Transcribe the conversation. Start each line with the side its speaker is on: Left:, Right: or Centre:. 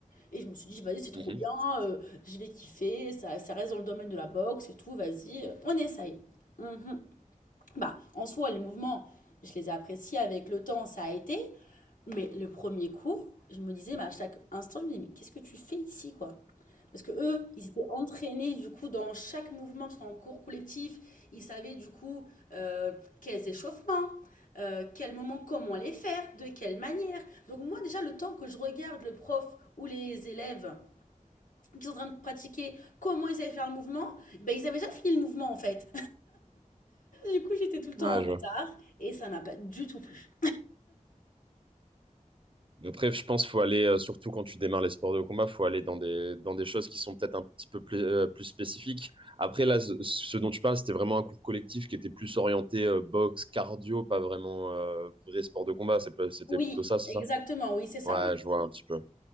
Left: Et je me suis dit, vas-y, c'est trop
Right: Mhm.
Left: bien, euh, je vais kiffer, ça, ça reste dans le domaine de la boxe et tout, vas-y, euh, on essaye. Mhm. Bah, en soi, les mouvements, je les ai appréciés avec le temps, ça a été. Mais le premier cours, je me disais, bah, à chaque instant, je me disais, mais qu'est-ce que tu fais ici, quoi? Parce que eux, ils étaient entraînés du coup dans chaque mouvement, parce qu'en cours collectif, ils savaient du coup euh, quels échauffements, euh, quel moment, comment les faire, de quelle manière. Donc moi déjà, le temps que je regarde le prof ou les élèves qui sont en train de pratiquer comment ils allaient faire le mouvement, ben, ils avaient déjà fini le mouvement en fait. Du coup, j'étais tout le temps
Right: Ouais,
Left: en retard
Right: je vois.
Left: et ça n'a pas du tout plu.
Right: Après, je pense faut aller, euh, surtout quand tu démarres les sports de combat, faut aller dans des, dans des choses qui sont peut-être un petit peu plus, euh, plus spécifiques. Après, là, ce, ce dont tu parles, c'était vraiment un cours collectif qui était plus orienté euh, boxe, cardio, pas vraiment euh, vrai sport de combat. C'est pas- C'était
Left: Oui,
Right: plutôt ça, c'est
Left: exactement,
Right: ça?
Left: oui, c'est ça,
Right: Ouais,
Left: oui.
Right: je vois un petit peu.